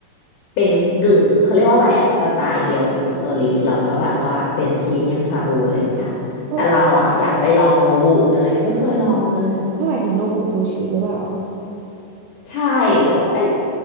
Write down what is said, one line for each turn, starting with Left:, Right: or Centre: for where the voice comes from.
Left: เป็นกึ่งเขาเรียกว่าอะไรอ่ะสไตล์เดียวกับฮิโตริแล้วก็แบบว่าเป็นพรีเมียมชาบูอะไรอย่างเงี้ยแต่เราอ่ะอยากไปลองโนบุแต่เรายังไม่เคยลองเลย
Right: เฮ้ยถ้าหมายถึงโนบุซูชิหรือเปล่า
Left: ใช่แต่ว่าเอ้ย